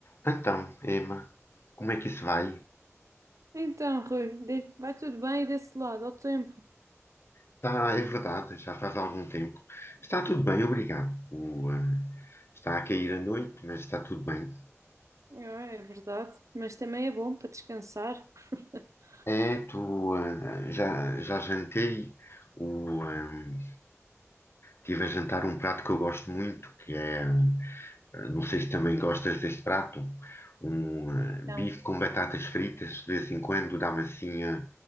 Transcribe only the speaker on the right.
Então, Rui, de- vai tudo bem desse lado, ao tempo.
Ah, é verdade, mas também é bom para descansar. <laughs>
Não.